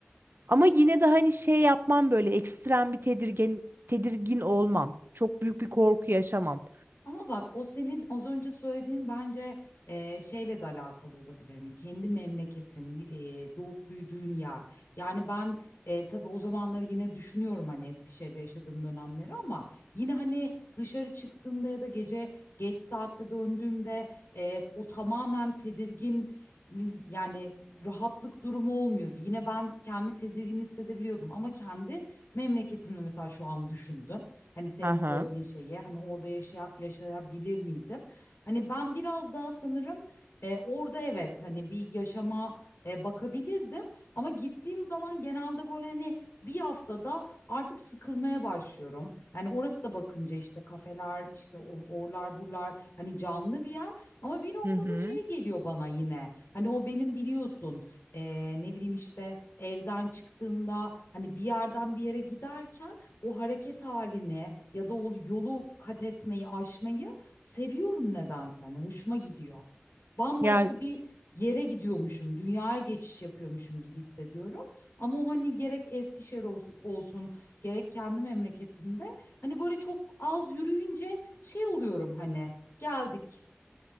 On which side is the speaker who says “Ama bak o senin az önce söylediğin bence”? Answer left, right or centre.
Left